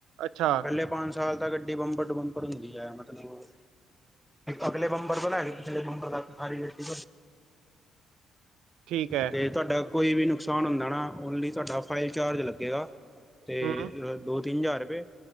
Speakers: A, on the right (about 80°); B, in the centre.
A: ਅੱਛਾ
B: ਪਹਿਲੇ ਪੰਜ ਸਾਲ ਤਾਂ ਗੱਡੀ ਬੰਪਰ ਟੂ ਬੰਪਰ ਹੁੰਦੀ ਹੈ ਮਤਲਬ ਅਗਲੇ ਬੰਬਰ ਬਣਾ <unintelligible> ਪਿਛਲੇ ਬੰਬਰ ਦਾ ਸਾਰੀ ਗੱਡੀ
A: ਠੀਕ ਹੈ
B: ਤੇ ਤੁਹਾਡਾ ਕੋਈ ਵੀ ਨੁਕਸਾਨ ਹੁੰਦਾ ਨਾ, ਓਨਲੀ ਤੁਹਾਡਾ ਫਾਈਲ ਚਾਰਜ ਲੱਗੇਗਾ ਤੇ,
A: ਹੂੰ
B: ਦੋ ਤਿੰਨ ਹਜ਼ਾਰ ਰੁਪਏ